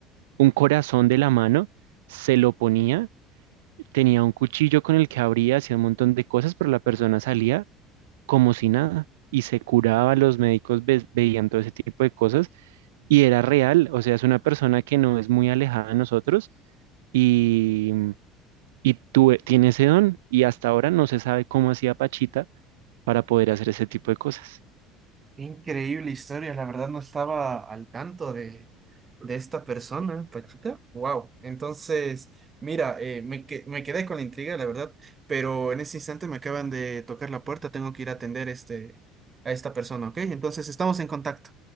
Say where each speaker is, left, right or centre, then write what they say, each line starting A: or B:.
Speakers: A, on the right (about 80°); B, on the right (about 30°).
A: un corazón de la mano, se lo ponía, tenía un cuchillo con el que abría, hacía un montón de cosas, pero la persona salía como si nada y se curaba, los médicos ve- veían todo ese tipo de cosas y era real, o sea, es una persona que no es muy alejada de nosotros y, y tuve- tiene ese don y hasta ahora no se sabe cómo hacía Pachita para poder hacer ese tipo de cosas.
B: Qué Increíble historia, la verdad no estaba al tanto de, de esta persona, Pachita. Wow, entonces, mira, eh, me, que- me quedé con la intriga, la verdad, pero en este instante me acaban de tocar la puerta, tengo que ir a atender este, a esta persona, ¿ok? Entonces estamos en contacto.